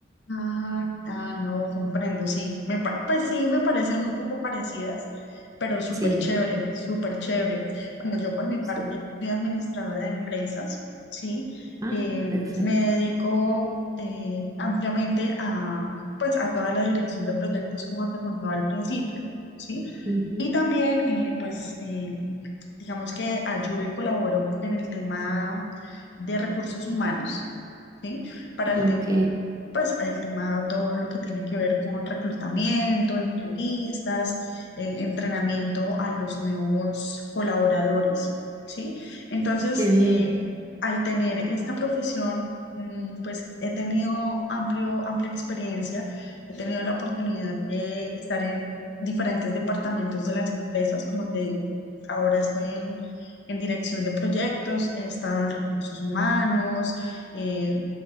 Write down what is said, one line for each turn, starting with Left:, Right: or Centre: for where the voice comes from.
Left: Ah, ah, no, comprendo, sí. Me pa- pues sí, me parecen un poco parecidas, pero súper
Right: Sí,
Left: chévere, súper chévere. Bueno, yo por mi parte
Right: sí.
Left: soy administradora de empresas, ¿sí?
Right: Ah,
Left: Eh,
Right: perfecto.
Left: me dedico eh, ampliamente a, pues, a toda la dirección de proyectos, como te contaba al principio, ¿sí?
Right: Ujú.
Left: Y también, eh, pues, eh, digamos que ayudo y colaboro en el tema de recursos humanos, ¿sí? Para el
Right: Ok,
Left: tema pues el tema, todo lo que tiene que ver con reclutamiento, entrevistas, eh, entrenamiento a los nuevos colaboradores, ¿sí? Entonces,
Right: qué bien.
Left: eh, al tener esta profesión, mm, pues he tenido amplio, amplia experiencia, he tenido la oportunidad de estar en diferentes departamentos de las empresas, como te digo, ahora estoy en, en dirección de proyectos, he estado en recursos humanos, eh,